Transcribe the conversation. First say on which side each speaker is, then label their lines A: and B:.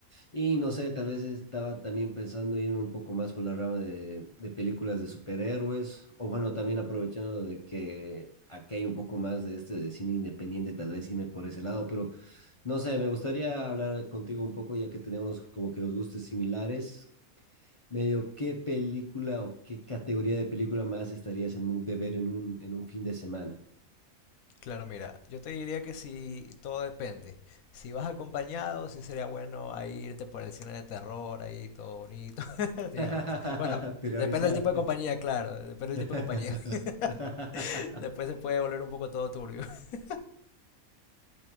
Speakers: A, on the left; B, on the left.
A: Y no sé, tal vez estaba también pensando irme un poco más por la rama de, de películas de superhéroes, o bueno, también aprovechando de que... Aquí hay un poco más de este de cine independiente, tal vez irme por ese lado, pero No sé, me gustaría hablar contigo un poco, ya que tenemos como que los gustos similares. Medio, ¿qué película o qué categoría de película más estarías en mood de ver en un, en un fin de semana?
B: Claro, mira, yo te diría que si todo depende. Si vas acompañado, sí sería bueno a irte por el cine de terror, ahí todo bonito, <laughs> digamos.
A: <laughs>
B: Bueno,
A: Priorizar.
B: depende del tipo de compañía, claro, depende del
A: <laughs>
B: tipo de compañía. <laughs> Después se puede volver un poco todo turbio. <laughs>